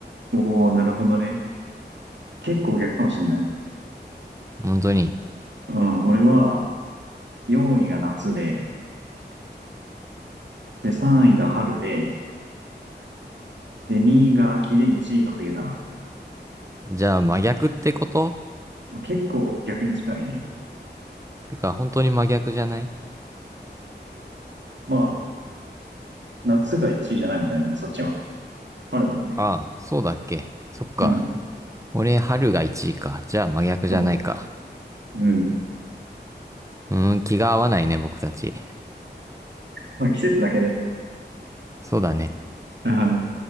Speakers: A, on the right; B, on the right.
A: おお、なるほどね。結構逆かもしれない。
B: 本当に。
A: うん、俺は、4位が夏で、で、3位が春で、で、2位が秋で、1位が冬かな。
B: じゃあ真逆ってこと
A: まあ結構逆に近いね。
B: てか、本当に真逆じゃない
A: まあ、夏が1位じゃないもんね。でもそっちは。春だもんね。
B: ああ、そうだっけ。そっか。
A: うん。
B: 俺、春が1位か。じゃあ真逆じゃないか。
A: そう。うん。
B: うーん、気が合わないね、僕たち。
A: まあ季節だけね。
B: そうだね。
A: うん。